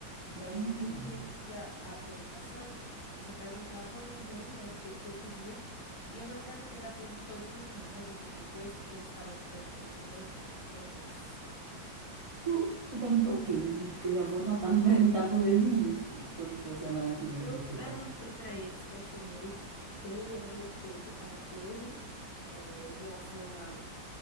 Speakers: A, on the left; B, on the right.
A: Então,
B: Hum.
A: o grupo que repetia a apresentação, eu só perguntava uma vez, né, aquilo que eu queria. E eu não perguntei na frente de todo mundo, não. Perguntei depois, porque eles estavam ficando um pouquinho nervo nervosos.
B: Tu, tu perguntou o quê? Me diz, porque eu já vou anotar pra <laughs> perguntar pros meus meninos que quando for semana que vem
A: Eu
B: que eu for
A: perguntei
B: trabalhar.
A: para eles, questionei quem havia feito cada coisa, eh, em relação a